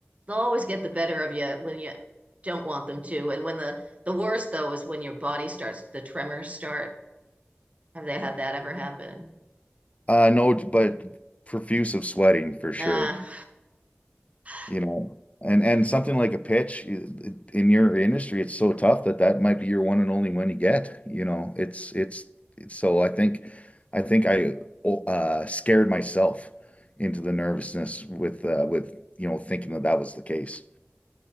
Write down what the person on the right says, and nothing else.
They'll always get the better of you when you don't want them to. And when the the worst though is when your body starts the tremors start. Have they had that ever happen?
Ah. Uh,